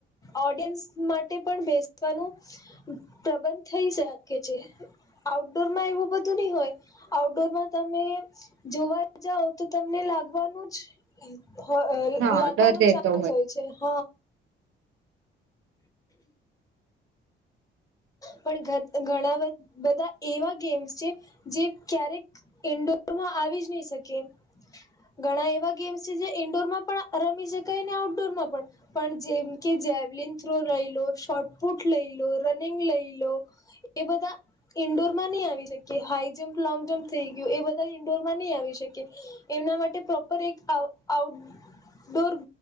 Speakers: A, on the left; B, on the right.
A: ઓડિયન્સ માટે પણ બેસવાનું પ્રબંધ થઇ શકે છે આઉટડોર માં એવું બધું નહી હોય આઉટડોરમાં તમે જોવા જાવ તો તમને લાગવાનું જ હો અ
B: હા
A: લાગવાનું
B: ડર રહેતો
A: ચાન્સ હોય છે. હ પણ ઘણા બધા એવા ગેમ્સ છે જે ક્યારેક ઈન્ડોર માં આવી જ નહી શકે ઘણા એવા ગેમ્સ છે જે ઈન્ડોરમાં પણ રમી શકાય ને આઉટડોરમાં પણ પણ જેમ કે જેવલન થ્રો લઈ લો, શોર્ટપુટ લઈ લો, રનિંગ લઈ લો એ બધા ઈન્ડોરમાં ની આવી શકે, હાઈ જમ્પ લોંગ, જમ્પ થઈ ગયું એ બધા ઈન્ડોરમાં ની આવી શકે. એમના માટે પ્રોપર એક આઉ-આઉટડોર